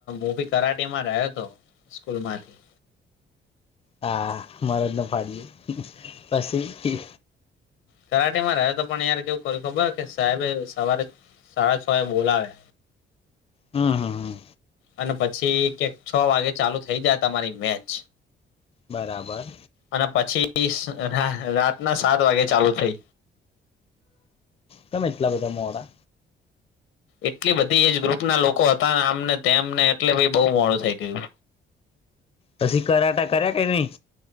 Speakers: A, on the left; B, on the left.
A: મવી કરાટી માં રહ્યો હતો સ્કૂલ માંથી
B: હા મારજ ન ફાડીએ પછી
A: કરાટી માં રહે તો પણ યાર કેવું કર્યું ખબર કે સાહેબ સવારે સાડા છ એ બોલાવે
B: હા હા હા
A: અને પછી ક છ વાગે ચાલુ થઇ જાય તમારી મેચ
B: બરાબર
A: અને પછી રાતના સાત વાગે ચાલુ થઈ
B: કેમે એટલા બધા મોડા
A: એટલી બધી એજ ગ્રુપ ના લોકો હતા ને આમને તેમને એટલે પહિ બહુ મોડું થઈ ગયું
B: પછી કરાટા કર્યા કે નઈ